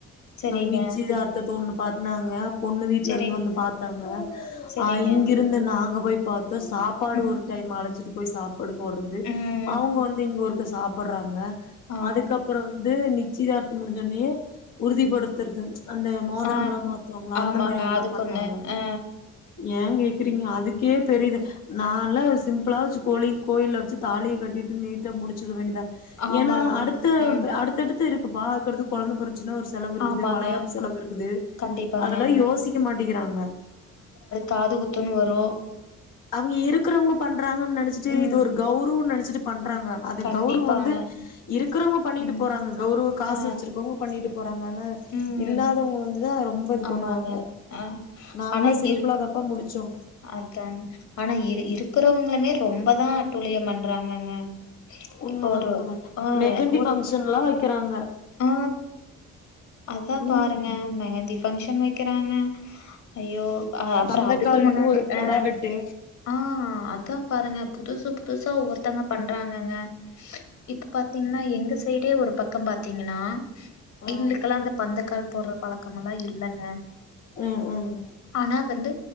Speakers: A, on the left (about 70°); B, on the left (about 85°).
A: சரிங்க
B: நிச்சி யார்கு தோண்ல பண்ணாங்க பொண்ணு வீட்ல
A: சரிங்க
B: இருந்து வந்து பாத்தாங்க
A: சரிங்க
B: அ இங்கிருந்து நாங்க போய் பாத்தோ சாப்பாடு
A: ம்
B: ஒரு டைம் அழச்சுட்டு போய் சாப்பாடு போட்றது
A: ம்
B: அவங்க வந்து இங்க ஒருக்க சாப் பட்றாங்க
A: ஆ
B: அதுக்கப்புறோ வந்து நிச்சிதார்த்தோ முடிஞ்சோட்னயே உறுதிப்படுத்துறது அந்த மோதரம்லா
A: ஆ
B: மாத்துவாங்ள
A: ஆமாங்க
B: அந்தமாரி ஒன்னு
A: அதுக்கு
B: பண்ணாங்க
A: ஒண்ணு ஆ
B: ஏ கேக்குறீங்க அதுக்கே பெரிது நாலா சிம்புளா வெச்சு கோழி கோயில்ல வெச்சு தாலிய கட்டிட்டு நீட்டா முடிச்சிட வேண்டிதா
A: ஆமாங்க
B: எனா அடுத்து
A: ம்
B: அடுத்தடுத் து இருக்குப்பா அதுக்கடுத்து கொழந்த பொறந் ச்சுனா ஒரு செலவு இருக்குது
A: ஆமாங்க
B: வளையாப்பு செலவு இருக்குது
A: கண்டிப்பாங்க
B: அதெல்லா யோசிக்க மாட்டிக்கிறாங்க
A: காதுகுத்துன்னு வரு
B: அவங்க இருக்கறவ்ங்க பண்றாங்கன் நெனச்சிட்டு
A: ம்
B: இது ஒரு கௌரவன் நெனச் பண்றாங்க அது
A: கண்டிப்பாங்க
B: கௌரவ வந்து இருக்குறவங்க பண்ணிட்டு
A: ம்
B: போறாங்க கௌரவ காசு
A: ஆ
B: வெச்சுருக்கவங்க பண்ணிட்டு போறாங்க ஆனா
A: ம்
B: இல்லாதவங்க வந்துதா ரொம் ரொம்ப இது
A: ஆமாங்க.
B: பண்ணுவாங்க
A: ஆ
B: நாங்களாம்
A: ஆனா
B: சிம்பிளாதாம்பா
A: இருக்
B: முடிச்சோ
A: அதாங்க. ஆனா இரு இருக்கறவங்களுமே ரொம்பதான் அட்டுழியம் பண்றாங்கங்க
B: உண்மதா
A: இப்போ ஒரு
B: உண்மதா
A: ஆ
B: மெகந்தி
A: ஒரு
B: ஃபங்க்ஷன்லாம் வக்கிறாங்க
A: ஆ அதான்
B: ம்
A: பாருங்க மெகந்தி ஃபங்க்ஷன் வை க்கிறாங்க ஐயோ அ அப்பறம்
B: பந்தக்காலுக்கு
A: அதுக்கு முன்னாடி
B: ஒரு கெடா
A: அ
B: வெட்டு
A: ஆ அதான் பாருங்க புதுசு பு புதுசா ஒருத்தவங்க பண்றாங்கங்க இப்ப பாத்தீங்கன்னா எங்க சைடே ஒரு பக்கம் பாத் தீங்கன்னா
B: ஆ
A: எங்களுக்கெல்லாம் அந்த பந்தக்கால் போடற பழக்கமல்லா இல்லிங்க
B: ம் ம்
A: ஆனா வந்து